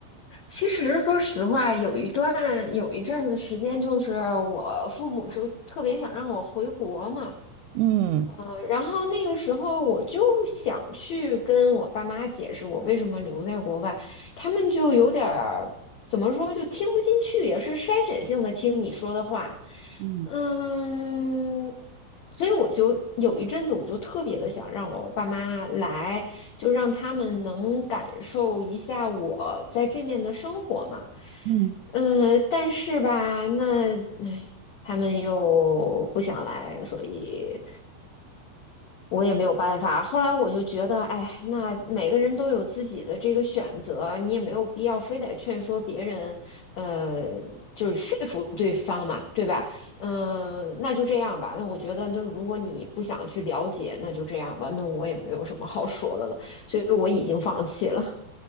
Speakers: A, on the left; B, on the right.
A: 其实说实话，有一段有一阵子时间，就是我父母就特别想让我回国嘛。
B: 嗯
A: 呃然后那个时候我就想去跟我爸妈解释我为什么留在国外，他们就有点儿怎么说，就听不进去，也是筛选性的听你说的话，
B: 嗯，
A: 嗯，所以我就有一阵子我就特别的想让我爸妈来，就让他们能感受一下我在这面的生活嘛，
B: 嗯。
A: 呃，但是吧，那，哎，他们又不想来，所以。我也没有办法。后来我就觉得，哎，那每个人都有自己的这个选择，你也没有必要非得劝说别人，呃，就是说服对方嘛，对吧？嗯、那就这样吧。那我觉得，那如果你不想去了解，那就这样吧。那我也没有什么好说的了，所以我已经放弃了。